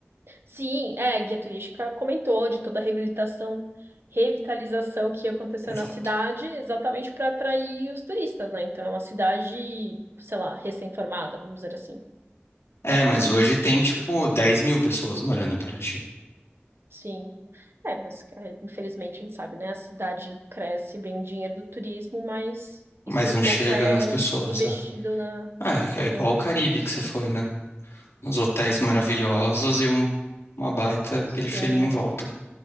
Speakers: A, on the right; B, on the left.
A: Sim, é, a guia turística comentou de toda a reabilitação, revitalização que aconteceu
B: Exato.
A: na cidade, exatamente para atrair os turistas, né? Então é uma cidade, sei lá, recém-formada, vamos dizer assim.
B: É, mas hoje tem tipo 10 mil pessoas morando em Paraty.
A: Sim. É, mas é, infelizmente a gente sabe, né? A cidade cresce, vem dinheiro do turismo, mas
B: mas
A: isso um
B: não
A: pouco
B: chega
A: é
B: nas pessoas,
A: investido
B: sabe?
A: na,
B: Ah, é é
A: nas
B: igual o Caribe
A: pessoas.
B: que você foi, né? Os hotéis maravilhosos e um- uma baita
A: Sim,
B: periferia em volta.